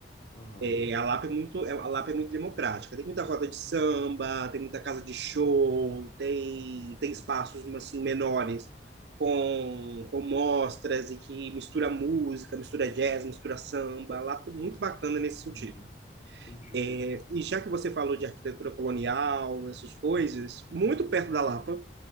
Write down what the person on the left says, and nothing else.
Aham.
Uhum. Entendi.